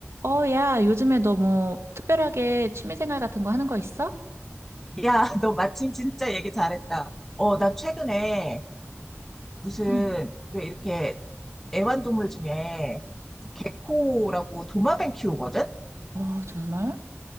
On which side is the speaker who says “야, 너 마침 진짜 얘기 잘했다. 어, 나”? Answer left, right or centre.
Centre